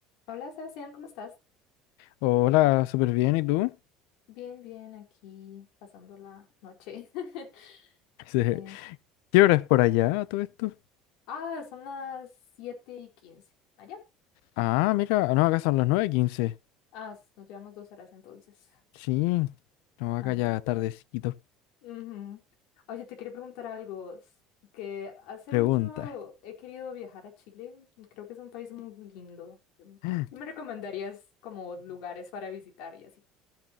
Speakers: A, on the left; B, on the left.
A: Hola, Sebastián, ¿cómo estás?
B: Hola, súper bien, ¿y tú?
A: Bien, bien, aquí pasando la noche. <laughs>
B: Dice,
A: Eh,
B: ¿Qué hora es por allá todo esto?
A: ah, son las 7 y 15. ¿Allá?
B: Ah, mira, no, acá son las nueve quince.
A: Ah, s- nos llevamos dos horas entonces.
B: Sí, no,
A: Ah,
B: acá ya tardecito.
A: ujú. Oye, te quería preguntar algo. s- Que hace
B: Pregunta.
A: mucho he querido viajar a Chile. Creo que es un país muy lindo. Mm,
B: <laughs>
A: ¿Qué me recomendarías como lugares para visitar y así?